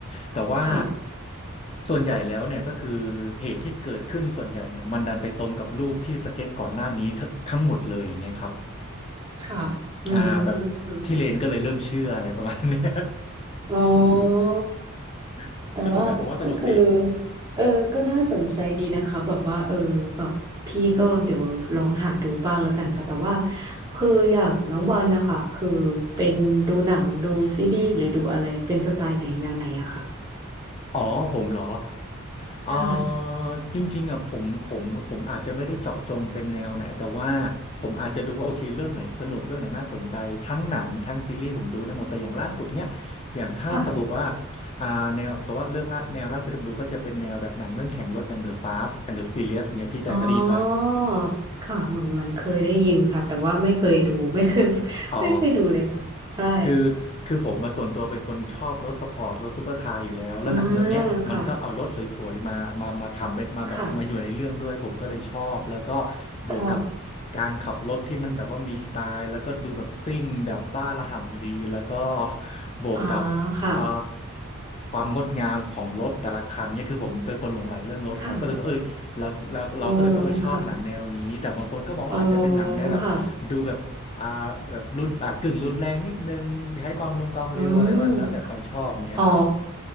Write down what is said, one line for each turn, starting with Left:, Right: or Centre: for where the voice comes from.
Left: แต่ว่า
Right: ค่ะ
Left: ส่วนใหญ่แล้วเนี่ยก็คือเหตุที่เกิดขึ้นส่วนใหญ่เนี่ยมันดันไปตรงกับรูปที่สเก็ตก่อนหน้านี้ทั้งทั้งหมดเลยอย่างเงี้ยครับ
Right: ค่ะอื
Left: อ่าแบบพี่เลนก็เลยเริ่มเชื่ออะไรประมาณเนี้ย
Right: มอ๋อ
Left: <laughs>
Right: แต่ว่าก็คือ
Left: สนุกนะผมว่าสนุกดี
Right: เออก็น่าสนใจดีนะคะแบบว่าเออแบบพี่ก็เดี๋ยวลองหาดูบ้างแล้วกันค่ะแต่ว่าคืออย่างน้องวันนะคะคือเป็นดูหนังดูซีรีส์หรือดูอะไรเป็นสไตล์ไหนแนวไหนอะค่ะ
Left: อ๋อผมเหรอ เอ่อ
Right: ใช่
Left: จริงๆอ่ะผมผมผมอาจจะไม่ได้เจาะจงเป็นแนวไหนแต่ว่าผมอาจจะดูว่าโอเคเรื่องไหนสนุกเรื่องไหนน่าสนใจทั้งหนังทั้งซีรีส์ผมดูได้หมดแต่อย่างล่าสุดเนี้ยอย่างถ้าสมมติว่า
Right: ค่ะ
Left: อ่าแนวสมมติว่าเรื่องละแนวล่าสุดที่ผมดูก็จะเป็นแนวแบบหนังเรื่องแข่งรถอย่าง The Fast and the Furious เนี้ยพี่แต่เคยได้ยินป่ะ
Right: อ๋อค่ะเหมือนมันเคยได้ยินค่ะแต่ว่าไม่เคยดูไม่เคย
Left: อ๋อ
Right: ไม่เคยดูเลยค่ะใช่
Left: คือคือผมมาส่วนตัวเป็นคนชอบรถสปอร์ตรถซูเปอร์คาร์อยู่แล้วแล้วหนังเรื่องเนี้ยมันก็เอารถสวยๆมามามาทำเป็นมาแบบมาอยู่ในเรื่องด้วยผมก็เลยชอบแล้วก็
Right: อ่าค่ะค่ะ
Left: บวกกับ
Right: ค่ะ
Left: การขับรถที่มันแบบว่ามีสไตล์แล้วก็ดูแบบซิ่งแบบบ้าระห่ำดีแล้วก็บวกกับ
Right: อ่าค่ะ
Left: เอ่อความงดงามของรถแต่ละคันเนี่ยคือผมเป็นคนหลงใหลเรื่องรถครับก็เลยรู้สึกเอ้ยแล้วเราเราก็เลยแบบเออชอบหนังแนวนี้แต่บางคนก็มองว่าอาจจะเป็นหนังแนวแบบดูแบบ
Right: ค่ะโอ้ค่ะอ๋อค่ะ
Left: อ่าแบบรุนอ่ากึ่งรุนแรงนิดนึงใช้ความลงความเร็วอะไรไปแล้วแต่ความชอบเนี้ยครับ
Right: อืมอ๋อ